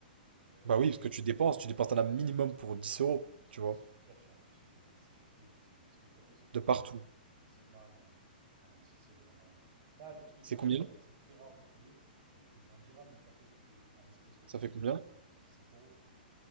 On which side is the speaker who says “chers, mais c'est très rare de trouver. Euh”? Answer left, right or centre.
Right